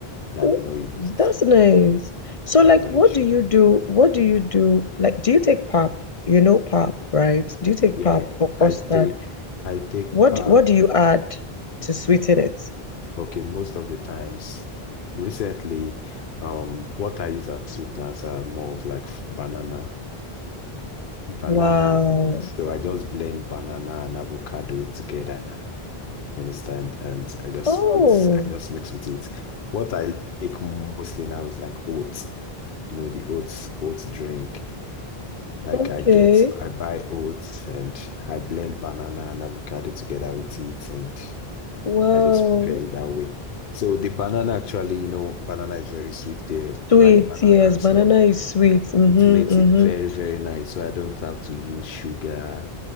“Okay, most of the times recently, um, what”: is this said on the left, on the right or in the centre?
Left